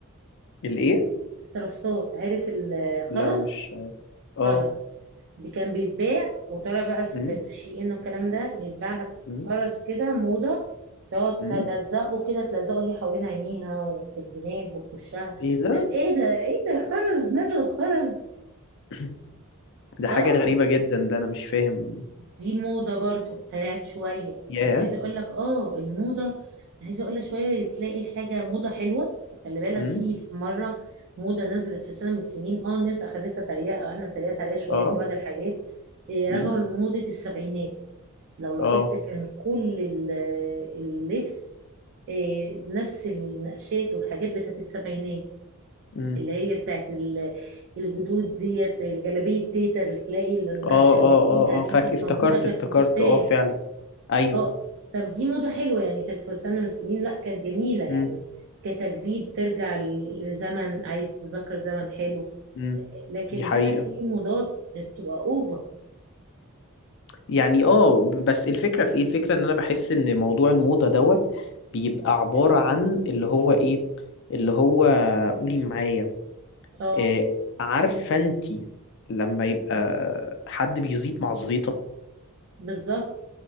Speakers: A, on the left (about 55°); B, on the right (about 55°).
A: الايه
B: استرسات عارف الخرز
A: لا مش عارف
B: خرز
A: اه
B: بي- كان بيتباع وترى بقى في
A: مم.
B: في شي ان والكلام ده يتباع لك
A: مم.
B: خرز كده موضة تقعد
A: مم.
B: تلزقه كده تلزقه هي حوالين عينيها وفي الجناب وفي وشها
A: ايه ده
B: طب ايه ده ايه ده خرز نزل خرز
A: <clears throat> <coughs> ده
B: اه
A: حاجة غريبة جدا ده انا مش فاهم
B: دي موضة برضو طلعت شوية
A: ياه
B: يعني عايزة اقول لك اه الموضة عايزة اقول لك شوية تلاقي حاجة موضة حلوة خلي بالك
A: مم.
B: في في مرة موضة نزلت في سنة من السنين اه الناس اخدتها تريقة احنا اتريقت عليها شوية
A: اه
B: في بعض الحاجات إيه،
A: مم.
B: رجعوا لموضة السبعينات لو لاحظت
A: اه
B: كان كل ال- اللبس إيه، نفس النقشات والحاجات بتاعت السبعينات
A: مم.
B: اللي هي بتاعت ال- الجدود ديت الجلابية تيتا اللي تلاقي النقشة
A: اه
B: اللي
A: اه
B: فيها
A: اه
B: دي
A: اه فاك
B: كانت
A: افتكرت
B: موجودة كانت
A: افتكرت
B: في فستان
A: اه فعلا ايوه
B: اه طب دي موضة حلوة يعني كانت في سنة من السنين لا كانت جميلة يعني
A: مم.
B: كتجديد ترجع ل- لزمن عايز تتذكر زمن حلو
A: مم.
B: لكن
A: دي حقيقة
B: بقى في موضات بتبقى اوفر
A: يعني اه ب- بس الفكرة في ايه الفكرة ان انا بحس ان موضوع الموضة دوت بيبقى عبارة عن اللي هو ايه اللي هو قولي معايا
B: اه
A: إيه، عارفه انت لما يبقى حد بيزيط مع الزيطه
B: بالظبط